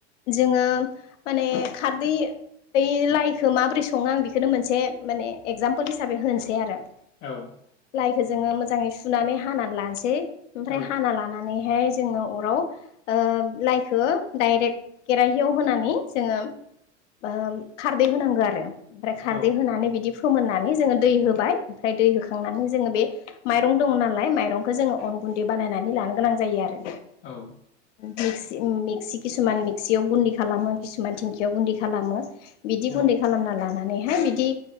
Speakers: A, on the left; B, on the left.
A: जोङो माने खारदै बै लाइखो माबोरै सङो आं बेखोनो मोनसे माने एगजामपोल हिसाबै होनोसै आरो
B: औ
A: लाइखौ जोङो मोजाङै सुनानै हानानै लानोसै ओमफ्राय
B: औ
A: हाना लानानै हाय जोङो अराव ओ लाइखो दाइरेक्ट केेराहियाव होनानै जोङो ओ खारदै होनांगौ आरो आरो ओमफ्राय खारदै
B: औ
A: होनानै बिदि फोमोननानै जोङो दै होबाय ओमफ्राय दै होखांनानै जोङो बे माइरं दङ नालाय माइरंखौ जोङो अन गुन्दै बानायनानै लानो गोनां जायो आरो
B: औ
A: मिक्सि मिक्सि किसुमान मिक्सियाव गुन्दि खालामो किसुमान धिंखियाव गुन्दि खालामो बिदि गुन्दै
B: औ
A: खालामना लानानैहाय बिद दि